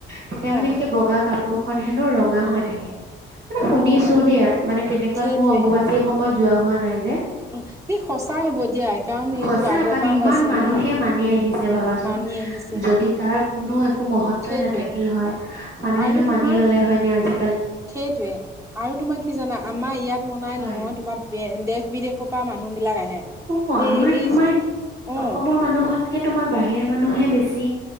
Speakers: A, on the right (about 60°); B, on the right (about 15°).
A: তেতিয়া
B: অহ,
A: মানে সেই বগা কাপোৰ কাপোৰখন হেনো ৰঙা হৈ থাকে মানে
B: অহ,
A: শুনিছো দেই মানে তেনেকুৱাত
B: সেইটোৱে
A: মই অম্ববাচি বাচি সেই সময়ত যোৱা হোৱা নাই যে।
B: অহ, ই সঁচা হ'ব দিয়া কাৰণ এইটো
A: সঁচা
B: আগৰ
A: কাৰণ
B: পৰা
A: ইমান
B: হৈছে
A: মানুহে
B: ন?
A: মানি আহিছে ভাবাচোন।
B: মানি আহিছে
A: যদি তাৰ কোনো একো মহত্বই
B: সেইটোৱে
A: নাথাকিল হয় মানুহেনো
B: আৰু তোমাৰ
A: মানি ল'লে হয় নে আজি।
B: সেইটোৱে। আৰু তোমাৰ কি জানা আমাৰ ইয়াত মনাই
A: হয়
B: নহয় তোমাৰ দেশ-বিদেশৰ পৰা মানুহবিলাক আহে।
A: অ
B: এই
A: আমাৰ
B: এই
A: তোমাৰ
B: অ
A: অসমৰ মানুহতকে তোমাৰ বাহিৰা মানুহে বেছি।